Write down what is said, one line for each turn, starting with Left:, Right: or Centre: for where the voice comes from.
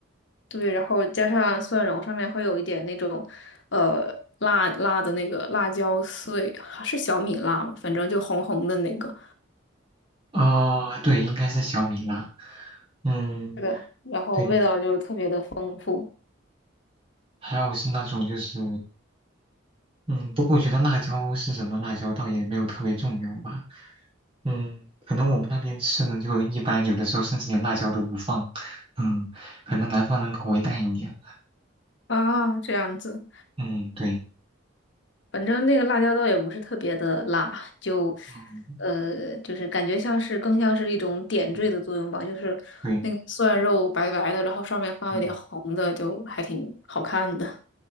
Left: 对，然后加上蒜蓉，上面会有一点那种，呃，辣辣的那个辣椒碎，是小米辣吗？反正就红红的那个，
Right: 哦、对，应该是小米辣，嗯，
Left: 是的，然后味道就特别的丰富
Right: 对。还有是那种就是，嗯，不过我觉得辣椒是什么辣椒倒也没有特别重要吧，嗯，可能我们那边吃的就一般，有的时候甚至连辣椒都不放，嗯，可能南方人口味淡一点，
Left: 啊，这样子，
Right: 嗯，对，
Left: 反正那个辣椒倒也不是特别的辣，就，
Right: 嗯
Left: 呃，就是感觉像是更像是一种点缀的作用吧，
Right: 嗯
Left: 就是那个蒜肉白白的，
Right: 对，
Left: 然后上面放一点红的，
Right: 嗯
Left: 就还挺好看的。